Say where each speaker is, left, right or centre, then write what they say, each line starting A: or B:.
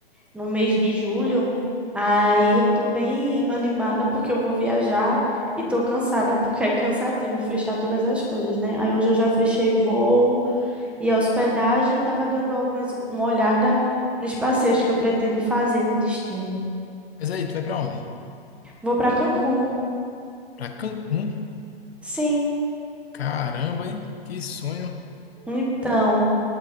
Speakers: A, in the centre; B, on the left (about 75°).
A: no mês de julho. Aí eu tô bem animada porque eu vou viajar e tô cansada porque é cansativo fechar todas as coisas, né? Aí hoje eu já fechei voo, e a hospedagem, estava dando algumas, uma olhada nos passeios que eu pretendo fazer no destino.
B: Mas aí, tu vai pra onde?
A: Vou para Cancún.
B: Pra Cancún?
A: Sim,
B: Caramba, hein? Que sonho.
A: então,